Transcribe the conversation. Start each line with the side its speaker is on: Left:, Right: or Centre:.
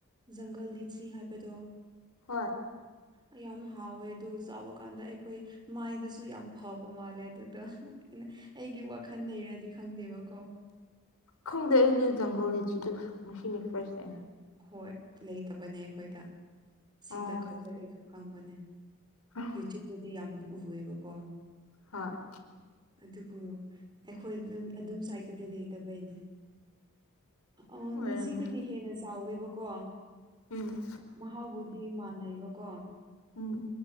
Right: ꯖꯪꯒꯜ ꯂꯤꯁꯤ ꯍꯥꯏꯕꯗꯣ
Left: ꯍꯣꯏ
Right: ꯑ ꯌꯥꯝ ꯍꯥꯎꯋꯦ ꯑꯗꯨ ꯆꯥꯕ ꯀꯥꯟꯗ ꯑꯩꯈꯣꯏ ꯃꯥꯏꯗꯁꯨ ꯌꯥꯝ ꯐꯕ ꯃꯥꯜꯂꯦ ꯑꯗꯨꯗ‌ꯣ ꯑꯩꯒꯤ ꯋꯥꯈꯜ ꯗꯩꯔꯗꯤ ꯈꯪꯗꯦꯕꯀꯣ
Left: ꯈꯪꯗꯦ ꯑꯩꯗꯤ ꯖꯪꯒꯜ ꯂꯤꯁꯤꯗ‌ꯣ ꯉꯁꯤꯅ ꯐꯥꯔꯁ ꯇꯥ꯭ꯏꯝ
Right: ꯍꯣꯏ ꯂꯩꯇꯕꯅꯦ ꯑꯩꯈꯣꯏꯗ ꯁꯤꯗ
Left: ꯑꯣ
Right: ꯈꯛꯇ ꯑꯩꯁꯨ ꯈꯪꯕꯅꯦ
Left: ꯍꯣꯏ
Right: ꯐ꯭ꯌꯨꯇ꯭ꯌꯨꯞꯇꯗꯤ ꯌꯥꯝ ꯎꯌ‌ꯦꯕꯀꯣ
Left: ꯍ‌ꯣꯏ
Right: ꯑꯗꯨꯕꯨ ꯑꯩꯈꯣꯏ ꯑꯗꯨꯝ ꯁꯥꯏꯠꯇꯗꯤ ꯂꯩꯇꯕꯩꯅꯦ ꯑ
Left: ꯑꯣꯏꯔꯝꯅꯤ
Right: ꯂꯤꯆꯤꯗꯒꯤ ꯍꯦꯟꯅ ꯆꯥꯎꯋꯦꯕꯀꯣ
Left: ꯎꯝ
Right: ꯃꯍꯥꯎꯕꯨꯗꯤ ꯃꯥꯟꯅꯩꯕꯀꯣ
Left: ꯎꯝ